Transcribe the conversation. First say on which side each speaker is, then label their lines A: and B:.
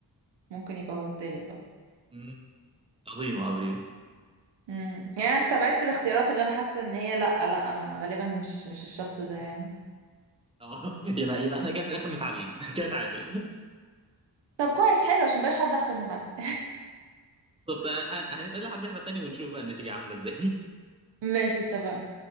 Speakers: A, on the right; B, on the right.
A: ممكن يبقى هو التالت بقى
B: مم. عظيم عظيم
A: امم يعني انا استبعدت الاختيارات اللي انا حاسه ان هي لا لا ما- غالبا مش مش الشخص ده يعني
B: اه يبقى يبقى احنا كده في الاخر متعادلين <laughs> كده تعادل
A: طب كويس حلو عشان مبقاش حد احسن من حد <laughs>
B: <laughs> طب تع- هنبقى نلعب لعبة تانية ونشوف بقى النتيجة عاملة ازاي
A: ماشي اتفقنا